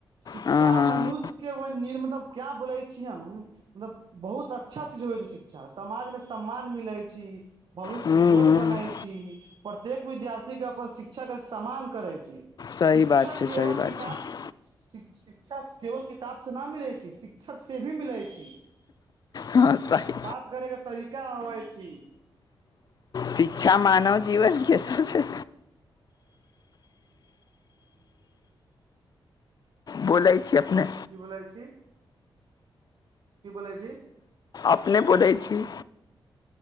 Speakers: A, on the right (about 65°); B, on the left (about 50°).
A: शिक्षा
B: हँ हँ
A: मनुष्यके ओइ निर्म मतलब क्या बोलै छी हम मतब बहुत अच्छा चीज होइ छै शिक्षा समाजमे सम्मान मिलै छी। भविष्य
B: हूँ
A: उज्ज्वल
B: हूँ
A: बनाइ छी। प्रत्येक विद्यार्थी के अपन शिक्षा के सम्मान करै छी।
B: सही
A: शिक्षक
B: बात छै
A: केवल
B: सही बात
A: किताब
B: छै
A: से शि-शि शिक्षा केवल किताब से ना मिलै छी शिक्षक से भी मिलै छी।
B: हँ सही।
A: बात करै के तरीका अबै छी।
B: शिक्षा मानव जीवनके सबसे बोलै छी अपने
A: की बोलै छी की बोलै छी?
B: अपने बोलै छी।